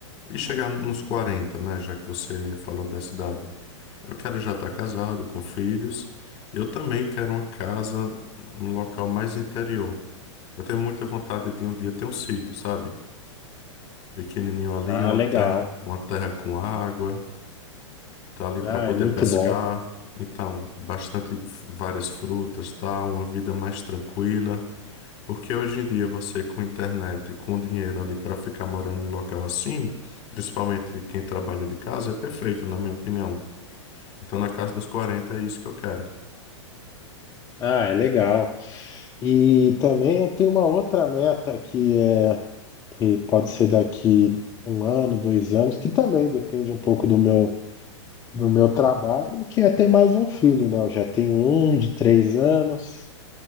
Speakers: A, on the left; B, on the left.
A: e chegar nos 40, né? Já que você falou dessa idade. Eu quero já estar casado, com filhos. E eu também quero uma casa num local mais interior. Eu tenho muita vontade de um dia ter um sítio, sabe? Pequenininho ali,
B: Ah,
A: uma
B: legal.
A: terra, uma terra com água, tá ali
B: Ah,
A: para poder
B: é muito
A: pescar.
B: bom.
A: Então, bastante f- várias frutas, tá? Uma vida mais tranquila. Porque hoje em dia você com internet, com dinheiro ali para ficar morando num local assim, principalmente quem trabalha de casa, é perfeito, na minha opinião. Então na casa dos 40 é isso que eu quero.
B: Ah, é legal. E também eu tenho uma outra meta que é que pode ser daqui um ano, dois anos, que também depende um pouco do meu do meu trabalho, que é ter mais um filho, né? Eu já tenho um de três anos,